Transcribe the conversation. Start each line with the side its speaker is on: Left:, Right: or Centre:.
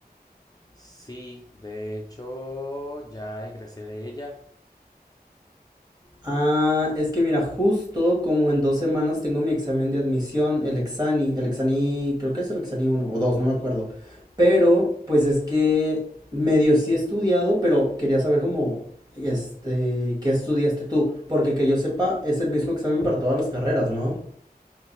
Left: Sí, de hecho, ya egresé de ella.
Right: Ah, es que mira, justo como en dos semanas tengo mi examen de admisión, el Exani, el Exani, creo que es el Exani uno o dos, no me acuerdo. Pero, pues es que medio sí he estudiado, pero quería saber cómo, este, qué estudiaste tú, porque que yo sepa, es el mismo examen para todas las carreras, ¿no?